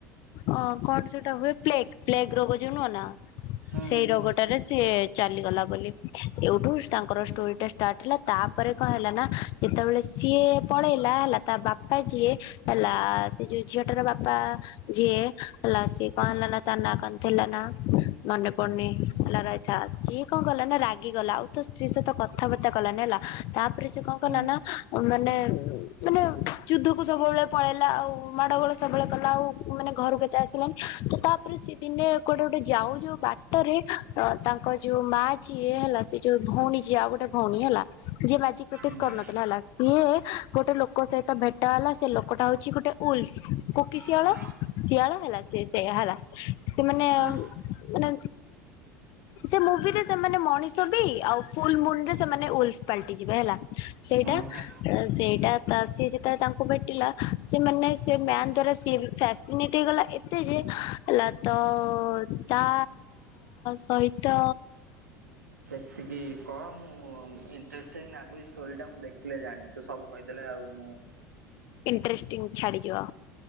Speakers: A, on the left (about 50°); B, on the right (about 80°).
A: ଅ କଣ ସେଟା ହୁଏ ପ୍ଲେଗ ପ୍ଲେଗ ରୋଗ ଯୋଉ ନୁହଁ ନା
B: ହୁଁ ହୁଁ
A: ସେଇ ରୋଗଟା। ସ ଚାଲିଗଲା ବୋଲି ଏଇଠୁ ତାଙ୍କର ଷ୍ଟୋରି ଟା ଷ୍ଟାର୍ଟ ହେଲା ତାପରେ କଣ ହେଲା ନା। ଯେତେବେଳେ ସିଏ ପଳେଇଲା ହେଲା ତା ବାପା ଯିଏ ହେଲା ସେ ଯୋଉ ଝିଅଟାର ବାପା ଯିଏ ହେଲା ସିଏ କଣ ହେଲା ନା ତା ନାଁ କଣଥିଲା ନା ମନେ ପଡୁନି ହେଲା ରଛା ସିଏ କଣ କଲା ନା ରାଗିଗଲା ଆଉ ତ ସ୍ତ୍ରୀ ସହିତ କଥାବାର୍ତ୍ତା କଲାନି ହେଲା ତା ତାରେ ସେ କଣ କଳନା
B: ହୁଁ
A: ମାନେ ମାନେ ଯୁଦ୍ଧକୁ ସବୁବେଳେ ପଳେଇଲା ଆଉ ମାଡ ଗୋଳ ସବୁବେଳେ କଲା ଆଉ ମାନେ ଘରକୁ କେ ଆସିଲାାନଣି ତ ତାପରେ ସେ ଦିନେ କୁଆଟେ ଗୋଟେ ଯାଉ ଯୋଉ ବାଟରେ ତାଙ୍କ ଯୋଉ ମା ଯିଏ ହେଲା ସେ ଯୋଉ ଭଉଣୀ ଯିଏ ଆଉ ଗୋଟେ ଭଉଣୀ ହେଲା ଯିଏ ମାଜି କ୍ରିଟିସ୍
B: ହୁଁ
A: କରନଥିଲା ହେଲା ସିଏ ଗୋଟେ ଲୋକ ସହିତ ଭେଟ ହେଲା ସେ ଲୋକଟା ହଉଛି ଗୋଟେ ଉଲସ କ କୋକିସିଆଲ
B: ହୁଁ
A: ଶିଆଳ ହେଲା ସେ ସେ ହେଲା ସେମାନେ
B: ହୁଁ
A: ମାନେ ସେ ମୁଭିରେ ସେମାନେ ମଣିଷ ବି ଆଉ ଫୁଲ ମୁନ ରେ ସେମାନେ ଉଲଫ ପାଲଟି ଯିବେ ହେଲା ସେଇଟା
B: ଓହୋ।
A: ସେଇଟା ତା ସିଏ ଯେତେବେଳେ ତାଙ୍କୁ ଭେଟିଲା ସେମାନେ ସେ ମ୍ୟାନ୍ ଦ୍ଵାରା ସିଏ ଫ୍ୟାସିନେଟ୍ ହେଇଗଲା ଏତେ ଯେ ହେଲା ତ ତା ସହିତ ତ
B: ଏକି କଣ ମୁଁ ଇନ୍ତ୍ରେଷ୍ଟିଙ୍ଗ ଲାଗୁଛି ଷ୍ଟୋରି ଟା ମୁଁ ଦେଖିଲେ ଜାଣିବି ତୁ ସବୁ କହିଦେଲେ ଆଉ ମୁଁ
A: ଇଣ୍ଟରେଷ୍ଟିଙ୍ଗ ଛାଡ଼ିଯିବା